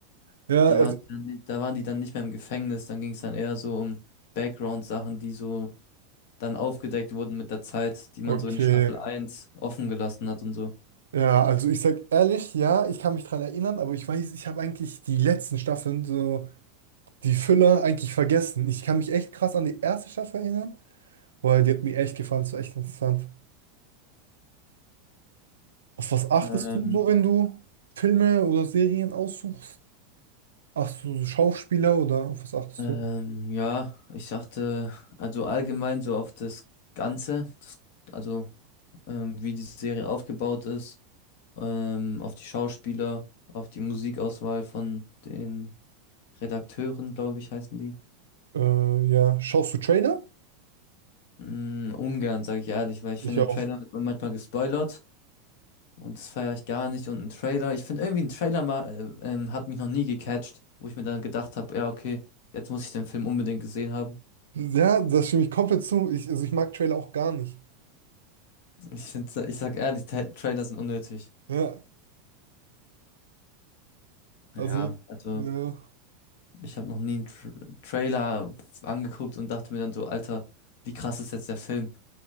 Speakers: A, on the right (about 85°); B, on the left (about 65°).
A: Ja,
B: Da
A: also,
B: waren die dann, nicht- da waren die dann nicht mehr im Gefängnis, dann ging es dann eher so um Background-Sachen, die so dann aufgedeckt wurden mit der Zeit, die man
A: okay.
B: so in Staffel eins offen gelassen hat und so.
A: Ja, also ich sag ehrlich, ja, ich kann mich dran erinnern, aber ich weiß, ich habe eigentlich die letzten Staffeln, so die Füller, eigentlich vergessen. Ich kann mich echt krass an die erste Staffel erinnern, weil die hat mir echt gefallen, so echt interessant. Auf was achtest
B: Ähm,
A: du so, wenn du Filme oder Serien aussuchst? Achtest du so Schauspieler oder auf was achtest
B: ähm,
A: du?
B: ja, ich dachte, also allgemein so auf das Ganze, das, also ähm, wie die Serie aufgebaut ist, ähm, auf die Schauspieler, auf die Musikauswahl von den Redakteuren, glaube ich, heißen die.
A: Äh, ja, schaust du Trailer?
B: Mm, ungern, sage ich ehrlich, weil ich
A: Ich
B: finde,
A: auch.
B: im Trailer wird man manchmal gespoilert. Und das feiere ich gar nicht. Und ein Trailer, ich finde irgendwie ein Trailer mal, äh, ähm, hat mich noch nie gecatcht, wo ich mir dann gedacht habe, ja, okay, jetzt muss ich den Film unbedingt gesehen haben. <laughs>
A: Ja, das stimme ich komplett zu. Ich, also ich mag Trailer auch gar nicht.
B: Ich finde, ich sag ehrlich, Ta Trailer sind unnötig.
A: Ja, also,
B: Ja, also
A: ja.
B: ich habe noch nie einen Tr Trailer angeguckt und dachte mir dann so, Alter, wie krass ist jetzt der Film?